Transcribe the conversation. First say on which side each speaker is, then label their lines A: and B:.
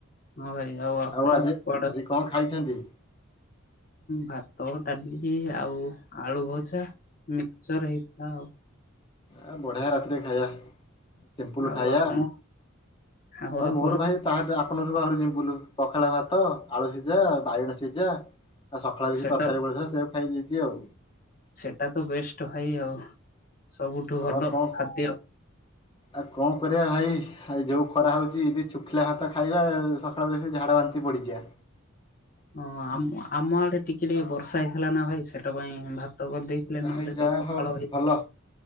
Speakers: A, on the left; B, on the left.
A: ହଁ ଭାଇ ଆପଣ
B: ଆଉ ଆଜି,
A: କୁଆଡେ
B: ଆଜି କଣ ଖାଇଛନ୍ତି?
A: ଭାତ, ଡାଲି ଆଉ ଆଳୁ ଭଜା, ମିକଚର ହେଇଥିଲା ଆଉ।
B: ଆ ବଢିଆ ରାତିରେ ଖାଇବା। ସିମ୍ପୁଲ
A: ଆଉ
B: ଖାଇଆ,
A: ଆପଣ ଆଉ ଆପଣ
B: ମୋର ଭାଇ ତାଠୁ ଆପନରୁ ଆହୁ ସିମ୍ପୁଲୁ। ପଖାଳ ଭାତ, ଆଳୁ ସିଝା, ବାଇଗଣ ସିଝା ଆଉ ସଖାଳେ କିଛି
A: ସେଟା
B: ତରକାରୀ ବଳିଥିଲା ସେୟାକୁ ଖାଇ ଦେଇଛି ଆଉ।
A: ସେଟା ତ ବେଷ୍ଟ ଭାଇ ଆଉ। ସବୁଠୁ
B: ହଁ
A: ଭଲ
B: କଣ,
A: ଖାଦ୍ୟ
B: ଆଉ କଣ କରିବା ଭାଇ, ଏଇ ଯୋଉ ଖରା ହଉଛି ଇ ଶୁଖିଲା ଭାତ ଖାଇବା ସଖାଳ ଓଳିକି ସେ ଝାଡା ବାନ୍ତି ପଡିଯିବା।
A: ହଁ ଆମ ଆମ ଆଡେ ଟିକେ ଟିକେ ବର୍ଷା ହେଇଥିଲା ନା ଭାଇ, ସେଟା ପାଇଁ ଭାତ କରିଦେଇଥିଲେ
B: ଭାଇ
A: ନହେଲେ
B: ଯାହା
A: ତ ପଖାଳ
B: ହଉ
A: ହେଇ
B: ଭଲ।